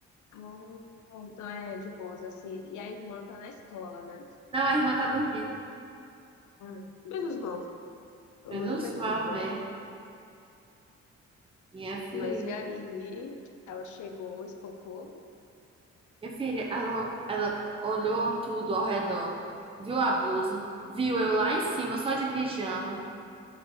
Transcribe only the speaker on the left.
Ah, então é de boas, assim. E a irmã tá na escola, né?
Ah, menos mal, eu
não me perturba.
Mas e aí, ela chegou, espancou.